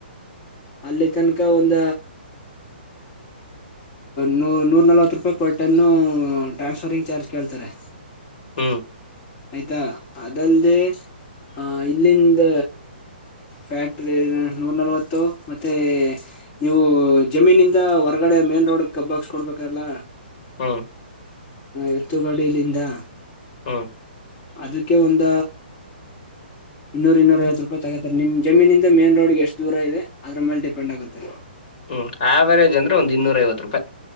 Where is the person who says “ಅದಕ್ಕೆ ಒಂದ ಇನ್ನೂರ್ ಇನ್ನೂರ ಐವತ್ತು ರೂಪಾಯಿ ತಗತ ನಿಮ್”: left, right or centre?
Left